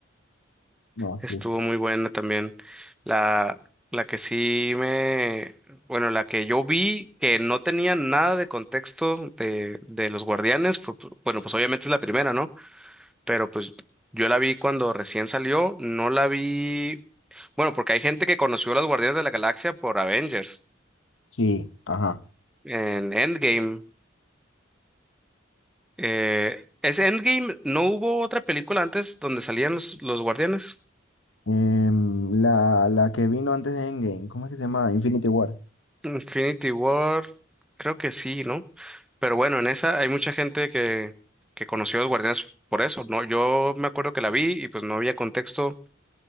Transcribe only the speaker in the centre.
Estuvo muy buena también. La, la que sí me, bueno, la que yo vi que no tenía nada de contexto de, de los Guardianes, fue, pu- bueno, pues obviamente es la primera, ¿no? Pero pues yo la vi cuando recién salió, no la vi, bueno, porque hay gente que conoció a los Guardianes de la Galaxia por Avengers
en Endgame. Eh, ¿es Endgame? ¿No hubo otra película antes donde salían los, los Guardianes?
Infinity War, creo que sí, ¿no? Pero bueno, en esa hay mucha gente que, que conoció a los Guardianes por eso, ¿no? Yo me acuerdo que la vi y pues no había contexto.